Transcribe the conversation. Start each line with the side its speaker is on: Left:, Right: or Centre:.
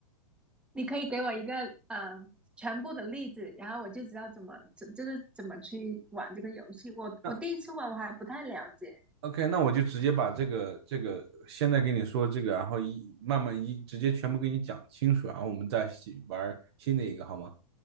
Centre: 你可以给我一个嗯、呃全部的例子，然后我就知道怎么怎就是怎么去玩这个游戏。我我第一次玩我还不太了解，
Right: 那 OK，那我就直接把这个这个现在跟你说这个，然后一慢慢一直接全部给你讲清楚，然后我们再一起玩新的一个好吗？